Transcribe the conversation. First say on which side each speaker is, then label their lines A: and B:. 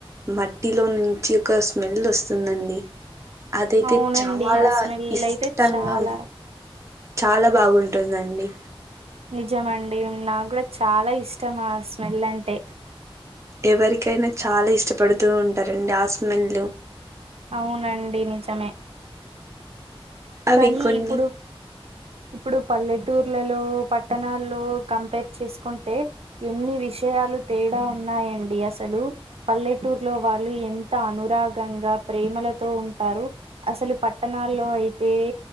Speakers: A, on the right (about 30°); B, on the right (about 90°).
A: మట్టిలో నుంచి ఒక స్మెల్ వస్తుందండి అదైతే
B: అవునండి
A: చాలా
B: ఆ స్మెల్
A: ఇష్టంగా
B: అయితే చాలా
A: ఉ చాలా బాగుంటుందండి
B: నిజమండి నాగ్గూడా చాలా ఇష్టం ఆ స్మెల్ అంటే
A: ఎవరికైనా చాలా ఇష్టపడుతూ ఉంటారండి ఆ స్మెల్
B: అవునండి నిజమే
A: అవి
B: కానీ
A: కొన్ని
B: ఇప్పుడు ఇప్పుడు పల్లెటూర్లలో పట్టణాల్లో కంపేర్ చేసుకుంటే ఎన్ని విషయాలు తేడా ఉన్నాయండి అసలు పల్లెటూరు లో వాళ్ళు ఎంత అనురాగంగా ప్రేమల త ఉంటారు అసలు పట్టణాల్లో అయితే